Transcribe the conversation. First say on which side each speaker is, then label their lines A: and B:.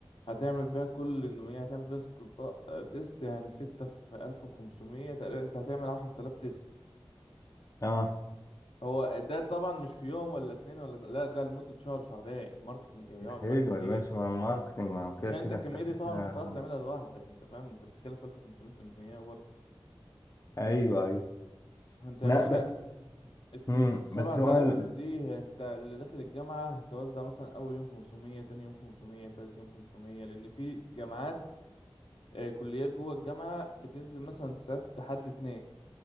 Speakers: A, on the left; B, on the left.
A: هتعمل بيها كل انه ايه هتعمل بيها ست اطباق آه، تيست يعني ستة في الف وخمسمية تقريبا انت هتعمل عشر تلاف تيست
B: اه
A: هو ده طبعا مش في يوم ولا اتنين ولا تل- لا ده لمدة شهر شهرين ماركتنج هيقعد
B: حلو
A: معاك كتير
B: يا باشا ما ماركتنج ما هو كده
A: عشان
B: كده
A: انت الكمية
B: أنت كده
A: دي طبعا
B: كده-
A: مش هتعرف تعملها لوحدك انت فاهم انت بتتكلم في الف وخمسمية تمنمية برضه
B: ايوه ايوه
A: انت
B: لا
A: يا باشا
B: بس امم
A: السبعة
B: بس هو
A: آلاف
B: ال...
A: دي انت اللي داخل الجامعة هتوزع مثلا أول يوم خمسمية تاني يوم خمسمية تالت يوم خمسمية لأن في جامعات آه، كليات جوه الجامعة بتنزل مثلا سبت حد اتنين